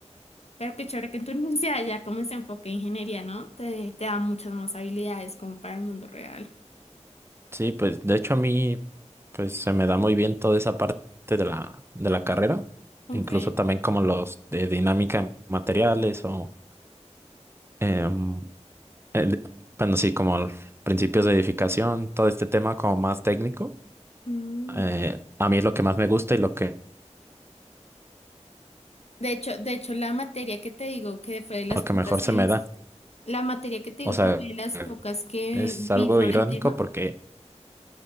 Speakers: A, on the left; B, on the right.
A: pero qué chévere que en tu <laughs> universidad ya como se enfoque en ingeniería, ¿no? Te, te da muchas más habilidades como para el mundo real.
B: Sí, pues de hecho a mí pues se me da muy bien toda esa parte de la, de la carrera,
A: Ok.
B: incluso también como los de dinámica de materiales o, em, el- bueno, sí, como el- principios de edificación, todo este tema como más técnico.
A: Mm.
B: eh, a mí es lo que más me gusta y lo que,
A: De hecho, de hecho, la materia que te digo que fue de las
B: lo
A: pocas
B: que mejor
A: que
B: se
A: vi,
B: me da.
A: la materia que te digo
B: O sea,
A: que fue de las pocas que
B: es
A: vi
B: algo
A: sobre
B: irónico
A: el tema.
B: porque,